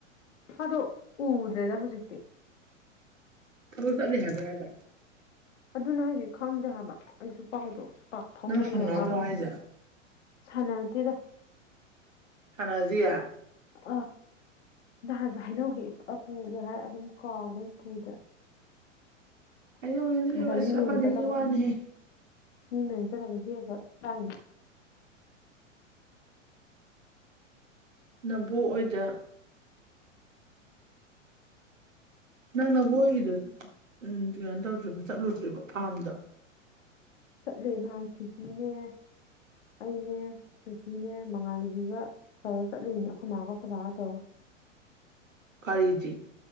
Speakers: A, on the left (about 65°); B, on the right (about 75°).
A: ꯑꯗꯣ ꯎꯗ꯭ꯔꯦꯗ ꯍꯧꯖꯤꯛꯇꯤ
B: ꯊꯕꯥꯛ ꯆꯗꯤ ꯍꯥꯏꯦꯕ ꯍꯥꯏꯦꯕ
A: ꯑꯗꯨꯅꯦ ꯍꯥꯏꯖꯤ ꯈꯪꯗꯦ ꯍꯥꯏꯕ ꯑꯩꯁꯨ ꯄꯥꯎꯗꯣ ꯄꯥꯛ ꯐꯥꯎꯅꯗꯦꯕ
B: ꯅꯪ ꯍꯪꯅꯗ꯭ꯔꯣ
A: ꯃꯥꯒ
B: ꯍꯥꯏꯁꯦ
A: ꯁꯅꯥꯇꯗ
B: ꯍꯅꯥꯖꯤꯌꯥ
A: ꯑꯥ ꯅꯍꯥꯟꯁꯨ ꯍꯥꯏꯩꯅꯧ ꯍꯦꯛ ꯄꯨꯒꯦ ꯍꯥꯏ ꯑꯗꯨꯝ ꯀꯥꯎꯕꯗꯝ ꯄꯨꯗ꯭ꯔꯦ
B: ꯑꯩꯅꯁꯕꯅꯤ
A: ꯉꯁꯥꯏ ꯃꯤ ꯃꯌꯨꯝ ꯆꯠꯂꯒ
B: ꯋꯥꯅꯤꯍꯦ
A: ꯃꯤ ꯃꯦꯟꯖꯗꯕ ꯍꯦꯕ ꯇꯥꯏꯅ
B: ꯅꯕꯣꯛ ꯑꯣꯏꯗ ꯅꯪ ꯅꯕꯣꯏꯒꯤꯗ ꯎ ꯀꯩꯅꯣ ꯇꯧꯗ꯭ꯔꯤꯕ ꯆꯠꯂꯨꯗ꯭ꯔꯤꯕ ꯐꯥꯔꯝꯗ
A: ꯆꯠꯂꯦ ꯅꯍꯥꯟ ꯁ꯭ꯋꯇꯤꯅꯦ ꯑꯩꯅꯦ ꯁ꯭ꯋꯇꯤꯅꯦ ꯃꯉꯥꯟꯅꯕꯤꯒ ꯇꯧꯔ ꯆꯠꯂꯅꯦ ꯑꯩꯈꯣꯏꯃꯒ ꯑꯩꯣꯏꯕꯥꯒ ꯇꯧꯔꯒ
B: ꯀꯔꯤꯗꯤ